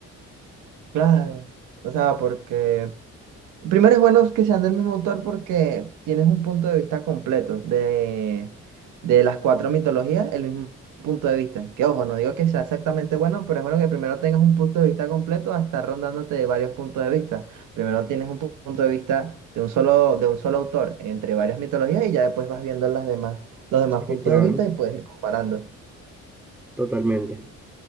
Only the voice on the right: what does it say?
<laughs> claro. O sea, porque Primero es bueno que sean del mismo autor porque tienes un punto de vista completo de, de las cuatro mitologías, el mismo punto de vista. Que ojo, no digo que sea exactamente bueno, pero es bueno que primero tengas un punto de vista completo hasta rondándote de varios puntos de vista. Primero tienes un pu- punto de vista de un solo, de un solo autor entre varias mitologías y ya después vas viendo las demás, los demás
puntos
de vista y puedes ir comparando.